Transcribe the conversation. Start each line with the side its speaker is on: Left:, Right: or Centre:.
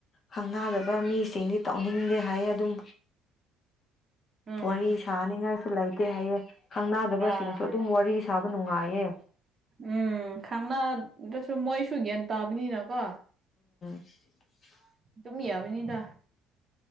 Left: ꯈꯪꯅꯗꯕ ꯃꯤꯁꯤꯡꯗꯤ ꯇꯧꯅꯤꯡꯗꯦ ꯍꯥꯏꯌꯦ ꯑꯗꯨꯝ
Right: ꯎꯝ
Left: ꯋꯥꯔꯤ ꯁꯥꯅꯤꯡꯉꯥꯏꯁꯨ ꯂꯩꯇꯦ ꯍꯥꯏꯌꯦ ꯈꯪꯅꯗꯕꯁꯤꯡꯁꯨ
Right: ꯑꯥ
Left: ꯑꯗꯨꯝ ꯋꯥꯔꯤ ꯁꯥꯕ ꯅꯨꯡꯉꯥꯏꯌꯦ
Right: ꯎꯝ ꯈꯪꯅꯗꯁꯨ ꯃꯣꯏꯁꯨ ꯒ꯭ꯌꯥꯟ ꯇꯥꯕꯅꯤꯅ ꯀꯣ
Left: <inaudible>
Right: ꯗꯨꯝ ꯌꯦꯝꯃꯤꯅꯤꯗ